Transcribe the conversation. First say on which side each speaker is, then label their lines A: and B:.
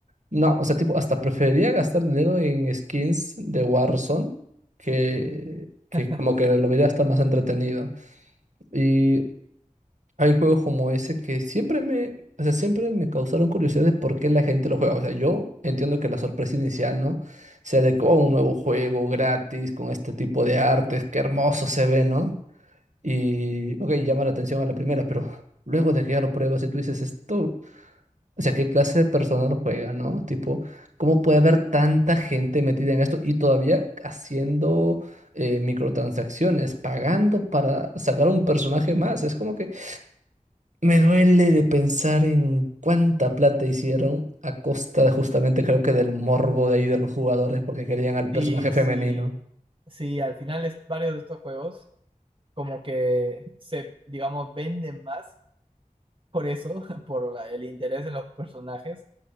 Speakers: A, on the right; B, on the right.
A: no, o sea, tipo, hasta preferiría gastar dinero en skins de Warzone que, que
B: <laughs>
A: como que lo vería hasta más entretenido. Y Hay juegos como ese que siempre me, o sea, siempre me causaron curiosidad de por qué la gente lo juega. O sea, yo entiendo que la sorpresa inicial, ¿no? Sea de que, oh, un nuevo juego gratis con este tipo de artes, qué hermoso se ve, ¿no? Y, ok, llama la atención a la primera, pero luego de que ya lo pruebas y tú dices esto, o sea, ¿qué clase de persona lo juega, ¿no? Tipo, ¿cómo puede haber tanta gente metida en esto y todavía haciendo eh, microtransacciones, pagando para sacar un personaje más? Es como que... Me duele de pensar en cuánta plata hicieron a costa de justamente creo que del morbo de ahí de los jugadores porque querían al personaje
B: Sí,
A: femenino
B: sí, sí, al final es, varios de estos juegos como que se, digamos, venden más por eso, <laughs> por la- el interés de los personajes